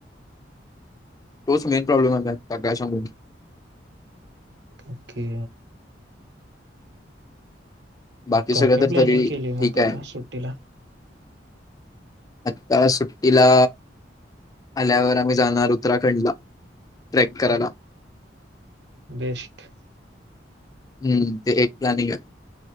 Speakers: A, on the left (about 20°); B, on the right (about 65°).
A: तोच मेन प्रॉब्लेम आहेता गॅशमून
B: ओके
A: बाकी
B: काय
A: सगळं
B: काय
A: तर
B: प्लॅनिंग
A: तरी
B: केली मग
A: ठीक
B: आता
A: आहे
B: सुट्टीला
A: आत्ता सुट्टीला आल्यावर आम्ही जाणार उत्तराखंडला ट्रेक करायला
B: बेस्ट
A: हम्म ते एक प्लनिंग